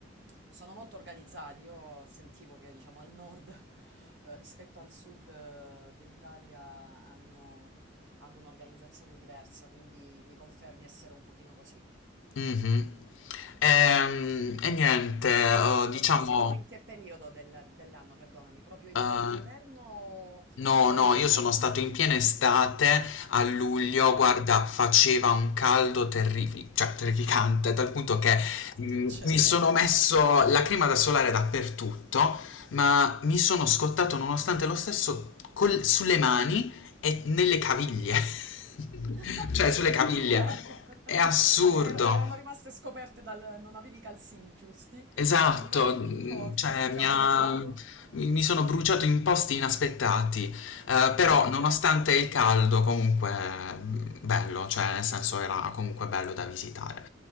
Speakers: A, on the right (about 65°); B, on the left (about 85°).
A: Sono molto organizzati, io sentivo che diciamo al nord <laughs> eh, rispetto al sud eh, dell'Italia hanno, hanno un'organizzazione diversa, quindi mi confermi essere un pochino così.
B: Mhm. Ehm, E, niente, eh, Sì. diciamo.
A: E sei stato in che periodo del- dell'anno, perdonami? Proprio inverno-inverno
B: Uhm,
A: o
B: no,
A: con...
B: no,
A: eh,
B: io sono stato in piena estate a luglio,
A: Ah,
B: guarda, faceva un caldo terrifi cioè terrificante, dal punto che, mhmm,
A: certo,
B: mi sono messo la crema da solare dappertutto, ma mi sono scottato nonostante lo stesso col sulle mani e nelle caviglie, <laughs>
A: <laughs>
B: cioè sulle
A: addirittura!
B: caviglie.
A: <laughs>
B: È assurdo.
A: Ave- er- erano rimaste scoperte dal... Non avevi i calzini giusti,
B: Esatto,
A: li avevi messi
B: mhmm,
A: più corti
B: cioè
A: e ti
B: mi
A: ha bruciato.
B: ha mi mi sono bruciato in posti inaspettati, ehm, però
A: Eh,
B: nonostante
A: certo.
B: il caldo comunque, mhmm, bello, cioè nel senso era comunque bello da visitare.